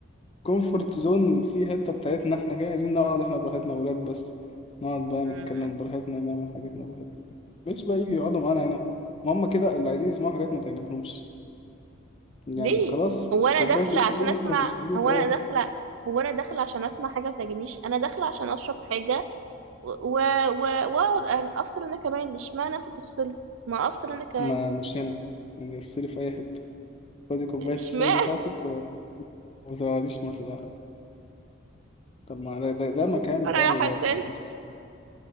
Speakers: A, on the left (about 30°); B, on the right (about 70°).
A: كومفورت زون في حته بتاعتنا احنا كده عايزين نقعد احنا براحتنا ولاد بس نقعد بقى نتكلم
B: مم.
A: براحتنا نعمل حاجتنا براحتنا مش بقى يجي يقعدوا معانا هنا ما هم كده اللي عايزين يسمعوا حاجات ما تعجبهمش يعني
B: ليه
A: خلاص
B: هو انا
A: كوباية
B: داخله
A: الشاي
B: عشان
A: ممكن
B: اسمع
A: تشربيها
B: هو
A: في
B: انا
A: أي حتة
B: داخله هو انا داخله عشان اسمع حاجه ما تعجبنيش انا داخله عشان اشرب حاجه و- و- و- واقعد أن- افصل انا كمان اشمعنى انتوا تفصلوا ما افصل انا كمان
A: ما مش هنا يعني افصلي في أي حتة خدي كوباية
B: اشمعنى
A: الشاي بتاعتك و... وتقعديش مفلاها طب ما ده, ده, ده
B: مسخرة
A: مكان بتاع
B: يا
A: الولاد
B: حسن
A: ده بس